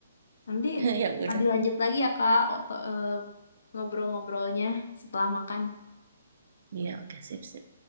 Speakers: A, on the left (about 75°); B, on the right (about 65°).
A: Nanti
B: Ya udah.
A: ah, dilanjut lagi ya Kak, oto- eh, ngobrol-ngobrolnya setelah makan.
B: Iya, oke, sip, sip.